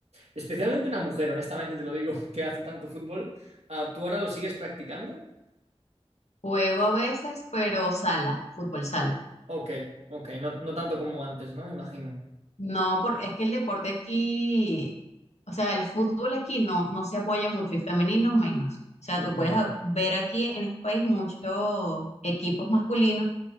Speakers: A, on the right; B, on the left.
A: especialmente una mujer, honestamente te lo digo, <laughs> que hace tanto fútbol, Ah, ¿tú ahora lo sigues practicando?
B: Juego a veces, pero sala, fútbol sala.
A: Ok, ok, no, no tanto como antes, ¿no? Imagino.
B: No, por, es que el deporte aquí, o sea, el fútbol aquí no, no se apoya mucho y femenino menos. O sea,
A: Ujú.
B: tú puedes a- ver aquí en este país muchos equipos masculinos,